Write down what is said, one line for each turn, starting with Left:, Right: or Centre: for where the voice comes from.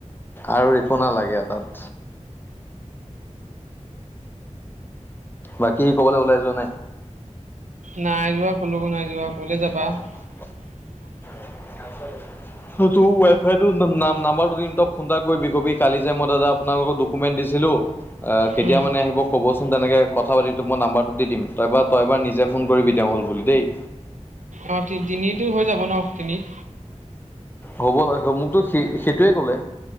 Left: আৰু একো নালাগে তাত বাকী ক'বলৈ ওলাই যোৱা নাই।
Right: নাই যোৱা কলকো নাই যোৱা ক'লে
Left: <unintelligible>
Right: যাবা? <inaudible>
Left: <unintelligible> তোৰ ৱাইফাই টোৰ নাম নাম্বাৰটো দিম তই ফোন এটা কৰিবি ক'বি কালি যে মই দাদা আপোনালোকৰ কোকমেণ্ট দিছিলো কেতিয়া
Right: উম,
Left: মানে আহিব ক'বচোন তেনেকে কথা পাতি তোক মই নাম্বাৰটো দি দিম তাৰ তই এবাৰ নিজে ফোন কৰিবি তেওঁ হ'ল বুলি দেই।
Right: অঁ তি তিনিটো হৈ যাব ন তিনিত
Left: হ'ব লাগ মোকতো স সেইটোৱে ক'লে